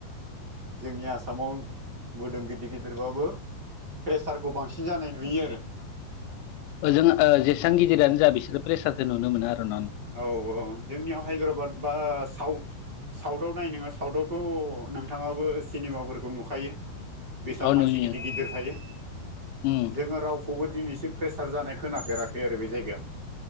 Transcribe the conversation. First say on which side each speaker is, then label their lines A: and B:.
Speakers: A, on the right; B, on the left.
A: जोंनि आसामाव मोदोम गिदिर गिदिर गिदिरबाबो प्रेसारखौ बांसिन जानाय नुयो आरो
B: जों जेसेबां गिदिरानो जा बिसोरो प्रेसारखौ नुनो मोना आरो ना
A: औ औ जोंनियाव हायद्राबाद बा साउथ साउथाव नाय नोङो साउथावथ' नोंथाङाबो सिनेमाफोरखौ नुखायो बेसेबां
B: औ नुयो
A: मानसि गिदिर गिदिर थायो
B: उम
A: जोङो रावखौबो दिनै सिम प्रेसार जानाय खोनाफेराखै आरो बे जायगायाव